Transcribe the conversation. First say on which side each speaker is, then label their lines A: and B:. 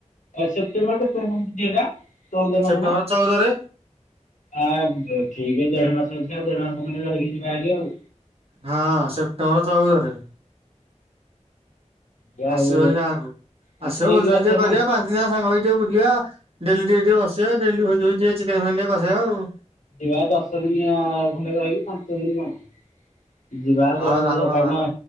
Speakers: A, on the left; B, on the right.
A: ଏ ସେପ୍ଟେମ୍ବର କେତେରେ ପଡୁଛି ଏଇଟା? ଚଉଦ
B: ସେପ୍ଟେମ୍ବର
A: ନା କଣ?
B: ଚଉଦରେ
A: ଆ ଠିକ୍ ଦେଢ ମାସ ଅଛି। ଆଉ ଦେଢ ମାସ ଖଣ୍ଡେ ରହିିକି ଯିବା ଭାରି ଆଉ।
B: ହଁ, ସେପ୍ଟେମ୍ବର ଚଉଦ ରେ।
A: ଯିବା
B: ଆସିବ
A: ଆଉ
B: ଭାରି ଗାଁକୁ।
A: ଆଉ
B: ଆସିବ
A: କିଏ
B: ଭୋଜି
A: କିଏ
B: ଫୋଜି
A: ଅଛ
B: ଟିକେ କରିବା।
A: ସାଙ୍ଗ
B: ପା ଦି ଜଣ ଆଙ୍କ ସାଙ୍ଗ ହୋଇ ଟିକେ ବୁଲିବା। ଡେଲି ଟିକେ ଟିକେ ବସିବା, ଡେଲି ଭୋଜି ଫୋଜି, ଚିକେନ୍‌ ଫିକେନ୍‌ ଟିକେ କସେଇବା ଆଉ।
A: ଯିବା ଦଶ ଦିନିଆ ଖଣ୍ଡେ ରହିବି ପାଞ୍ଚ ଦିନି କଣ? ଯିବା ଦେଢ
B: ହଁ
A: ହଜାର
B: ତାହେଲେ ଭଲ
A: ପାଇନ
B: ହେଲା।